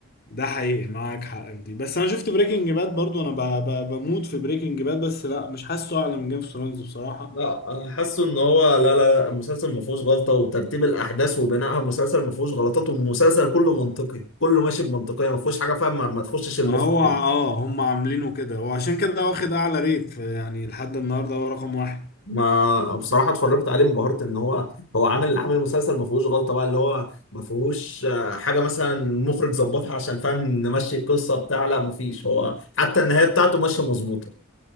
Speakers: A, on the left; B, on the left.
A: ده حقيقي معاك حق في دي بس انا شفت بريكنج باد برضو انا ب- ب- بموت في بريكنج باد بس لا مش حاسه اعلى من جيم اوف ثرونز بصراحه
B: لا انا حاسه ان هو لا لا لا، المسلسل ما فيهوش غلطه وترتيب الاحداث وبنائها المسلسل ما فيهوش غلطات والمسلسل كله منطقي كله ماشي بمنطقيه ما فيهوش حاجه فاهم ما ما تخشش المخ
A: ما هو
B: كده
A: ع- اه هم عاملينه كده وعشان كده واخد اعلى ريت في- يعني لحد النهارده هو رقم واحد
B: ما بصراحه اتفرجت عليه انبهرت ان هو هو عامل عامل مسلسل ما فيهوش غلطه بقى اللي هو ما فيهوش آه، حاجه مثلا مخرج ظبطها عشان فاهم نمشي القصه بتاع لا ما فيش هو حتى النهايه بتاعته ماشيه مظبوطه